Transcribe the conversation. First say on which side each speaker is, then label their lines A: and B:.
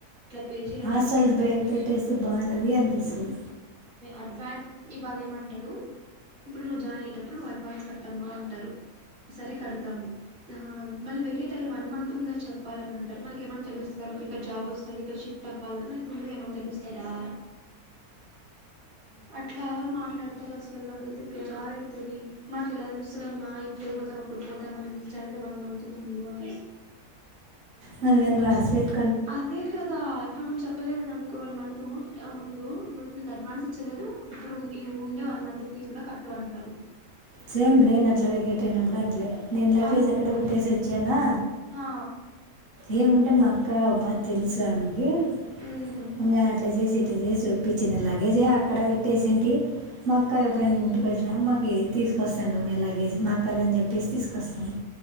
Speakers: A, on the right (about 60°); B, on the right (about 35°).
A: ఇట్లా పీజీ రెంట్
B: హాస్టల్స్
A: కి తీసుకొనేస్తే
B: పెట్టేస్తే బాగుంటుంది అనిపిస్తుంది
A: అడ్వాన్ ఇవ్వాల ఏమంటారు ఇప్పుడు నువ్వు జాయిన్ అయ్యేటప్పుడు నువ్ అడ్వాన్ కట్టమ్మా అంటారు. సరే కడుతాము ఆ మళ్ళీ వెకేట్ ట్ అయ్యే వన్ మంత్ ముందే చెప్పాలని అంటారు మనకేమన్నా తెలుస్తదా మనకి ఇక్కడ జాబ్ వస్తది షిఫ్ట్ అవ్వాలని మనక్ ముందే ఏమన్ తెలుస్తదా? అట్లా మాట్లాడతారు అసలు నాకై తే బెజారయితది. మాకెలా తెలుస్తదమ్మా ఇప్పుడే పోతాం అప్పుడు పోతాం అని నిచానికి వన్ మంత్ ముందు అనేసి
B: మనమేం రాసిపెట్
A: అదే కదా ఇప్పుడు నువ్వు చెప్పలేదనన్ ఇంగో వన్ మంతు ముందు నోట్ మీకు అడ్వాన్స్ ఇచ్చలేదు ఇప్పుడు ఉండే వన్ మంత్ ఫీజ్ కూడ కట్టు అంటారు
B: సేమ్ నేను అట్లా వెకేట్ అయినప్పుడు అట్లే నేను లగేజ్
A: అయ్యో
B: అక్కడే పెట్టేసి వచ్చానా
A: ఆ
B: ఏమంటే మా అక్కా బ్బా తెలుసు ఆమె ఏం
A: ఉహు
B: ఇంగ అట్ల చేసి అట్ట చేసి ఒప్పి చిన లగేజే అక్కడ పెట్టేసింటి మా అక్క ఎప్పుడైన ఇంటికి వచ్చినా మాకి తీస్ కోస్తాండ బానే లాగేజ్ మా అక్కదని చెప్ టేస్ట్ తీసుకొస్తాను